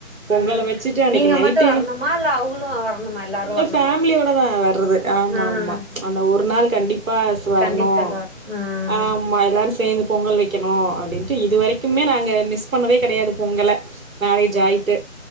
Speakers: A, on the right (about 80°); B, on the right (about 45°).
A: பொங்கல
B: ம்
A: வச்சுட்டு அன்னைக்கு
B: நீங்க
A: நைட்ல்லா
B: மட்டு வரணுமா இல்ல அவங்களு வரணுமா எல்லாரு
A: இல்ல
B: வரணுமா
A: பேமிலியோட தா வர்றது ஆமா
B: ம்
A: ஆமா அந்த ஒரு நாள் கண்டிப்பா ச வரணு
B: கண்டிப்பா எல்லாரு ம்
A: ஆ ஆமா எல்லாரு சேர்ந்து பொங்கல் வைக்கணு அப்டின்ட்டு இதுவரைக்குமே நாங்க மிஸ் பண்ணவே கிடையாது பொங்கல மேரேஜ் ஆயிட்டு